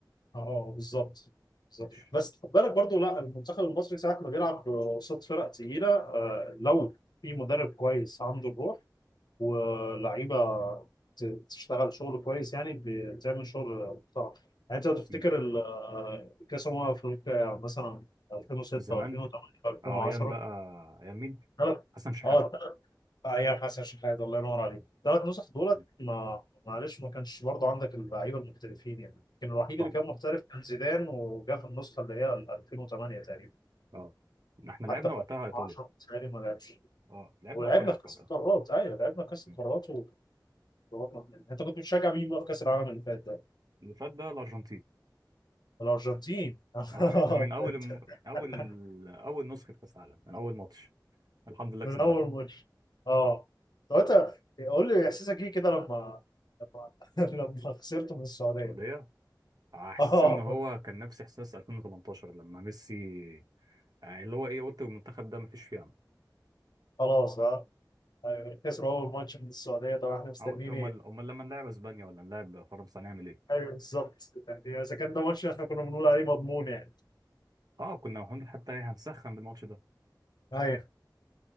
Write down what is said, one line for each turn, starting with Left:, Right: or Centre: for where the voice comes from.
Left: اه بالظبط بالظبط
Right: ماشي
Left: بس خد بالك برضو لا المنتخب المصري ساعه ما بيلعب قصاد فرق تقيله آه لو في مدرب كويس عنده الروح ولعيبه ت- تشتغل شغل كويس يعني بتعمل شغل محترم يعني انت لو تفتكر
Right: مم.
Left: ال- كاس امم افريقيا مثلا 2006
Right: زمان
Left: و2008
Right: اه ايام
Left: و2010
Right: بقى ايام مين
Left: ثلاث
Right: حسن شحاته
Left: اه ثلاث ايام حسن شحات الله ينور عليك ثلاث نسخ دولت
Right: مم.
Left: ما معلش ما كانش برضه عندك اللعيبه المحترفين يعني كان الوحيد
Right: صح
Left: اللي كان محترف كان زيدان وجا في النسخه اللي هي ال 2008 تقريبا
Right: اه احنا لعبنا
Left: حتى في
Right: وقتها
Left: 2010
Right: ايطاليا
Left: بتهيألي ما لعبش
Right: اه لعبنا
Left: ولعبنا
Right: ايطاليا
Left: في
Right: في
Left: كاس
Right: وقتها
Left: القارات ايوه لعبنا في كاس
Right: مم.
Left: القارات ضغطنا في النهائي. انت كنت بتشجع مين بقى في كاس العالم اللي فات ده؟
Right: اللي فات ده الارجنتين
Left: الارجنتين <laughs>
Right: اه <laughs> من اول الم... اول ال... اول نسخه كاس عالم من اول ماتش الحمد لله
Left: من
Right: كسبناها
Left: اول ماتش اه طب انت قول لي احساسك ايه كده لما لما <laughs> لما خسرت من السعوديه
Right: السعوديه آه،
Left: <laughs>
Right: احساس
Left: اه
Right: ان هو كان نفس احساس 2018 لما ميسي يعني اللي هو ايه قلت المنتخب ده مفيش فيه امل
Left: خلاص اه ايوه خسروا اول ماتش من السعوديه طبعا احنا مستنيين
Right: أنا قلت امال
Left: ايه
Right: امال لما نلعب اسبانيا ولا نلعب فرنسا هنعمل ايه
Left: ايوه بالظبط يعني اذا كان ده ماتش احنا كنا بنقول عليه مضمون يعني
Right: اه كنا هن- حتى إيه هنسخن بالماتش ده
Left: ايوه